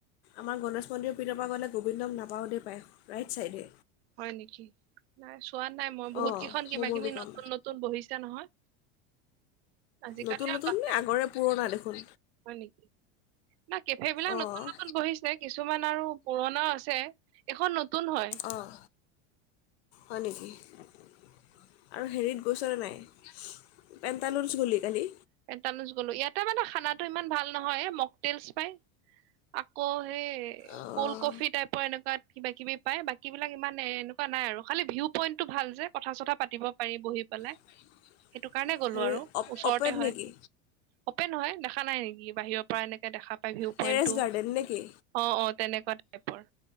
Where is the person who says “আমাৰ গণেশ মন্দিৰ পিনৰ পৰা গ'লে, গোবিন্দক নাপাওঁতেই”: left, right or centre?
Left